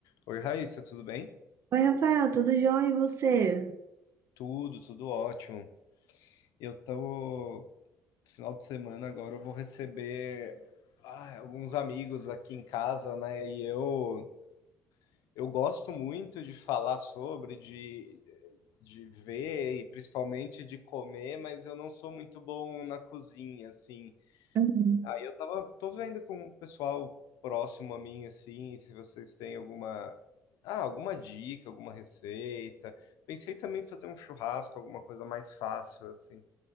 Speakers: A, on the left (about 85°); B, on the right (about 45°).
A: Oi, Raíssa, tudo bem?
B: Oi, Rafael, tudo jóia e você?
A: Tudo, tudo ótimo. Eu tô. Final de semana agora eu vou receber ah, alguns amigos aqui em casa, né? E eu, eu gosto muito de falar sobre, de, de ver e principalmente de comer, mas eu não sou muito bom na cozinha, assim.
B: Uhum.
A: Aí eu tava tô vendo com o pessoal próximo a mim, assim, se vocês têm alguma, ah, alguma dica, alguma receita. Pensei também em fazer um churrasco, alguma coisa mais fácil, assim.